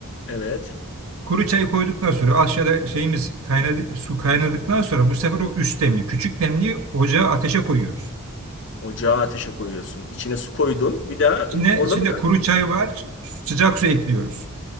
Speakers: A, on the left; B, on the right.
A: Evet.
B: Kuru çayı koyduktan sonra aşağıda şeyimiz kaynadı, su kaynadıktan sonra bu sefer o üst demli, küçük demliği ocağa ateşe koyuyoruz.
A: Ocağa ateşe koyuyorsun. İçine su koydun. Bir daha e,
B: İçine,
A: orada
B: içinde
A: mı kal?
B: kuru çay var, sıcak su ekliyoruz.